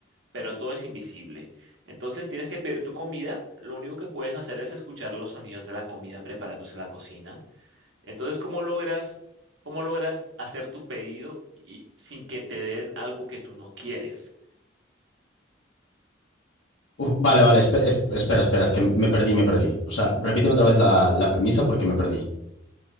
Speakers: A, on the right; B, on the left.
A: pero todo es invisible. Entonces tienes que pedir tu comida, lo único que puedes hacer es escuchar los sonidos de la comida preparándose en la cocina. Entonces, ¿cómo logras, cómo logras hacer tu pedido y sin que te den algo que tú no quieres?
B: Uf, vale, vale, espe- es- espera, espera, es que me perdí, me perdí. O sea, repíteme otra vez la, la premisa porque me perdí.